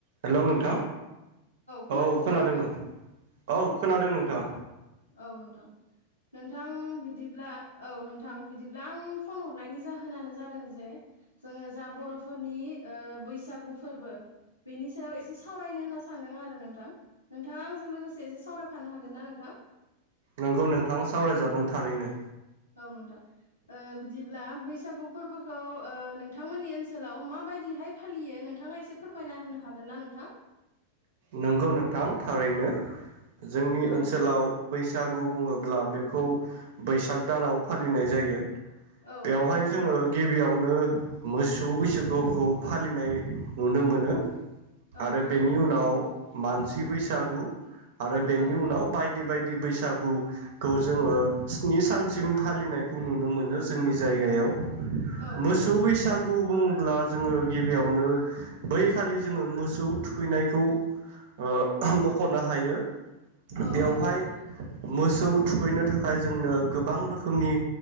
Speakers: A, on the right; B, on the left.
A: Hello नोंथां
B: खोनादोंना
A: औ खोनादों
B: नोंथां
A: नों औ खोनादों नोंथां
B: औ नोंथां। नोंथां बिदिब्ला औ नोंथां बिदिब्ला आं फन हरनायनि जाहोन जाहोनानो जादों जे जोङो जा बर'फोरनि ओ बैसागु फोरबो बेनि सायाव एसे सावरायनो होनना सानदों आरो नोंथां नोंथाङा आंजों लोगोसे एसे सावरायफानो हागोन ना नोंथां?
A: नोंगौ नोंथां सावरायजागोन थारैनो।
B: औ नोंथां ओ बिदिब्ला ओ बैसागु फोरबोखौ ओ <unintelligible> नोंथांमोननि ओनसोलाव माबायदिहाय फालियो नोंथाङा एसे फोरमायना होनो हागोन ना नोंथां?
A: नोंगौ नोंथां थारैनो। जोंनि
B: औ
A: ओनसोलाव
B: नोंथां
A: बैसागु बुङोब्ला बेखौ बैसाग दानाव फालिनाय जायो।
B: औ
A: बेवहाय
B: औ थारैनो
A: जोङो गिबियाव <unintelligible> मोसौ बैसागुखौ फालिनाय नुनो मोनो।
B: औ
A: आरो
B: थारैनो
A: बेनि उनाव मानसि बैसागु आरो बेनि
B: औ
A: उनाव <unintelligible> बायदि बायदि बैसागुखौ जोङो स्नि सानसिम फालिनायखौ नुनो मोनो जोंनि जायगायाव।
B: औ
A: मोसौ
B: थारैनो
A: बैसागु
B: नोंथां
A: बुंब्ला जोङो गिबियावनो बै खालि जोङो मोसौ थुखैनायखौ ओ मख'नो हायो।
B: औ
A: बेवहाय
B: औ थारैनो
A: मोसौ मोसौ थुखैनो थाखाय जोंनो गोबां रोखोमनि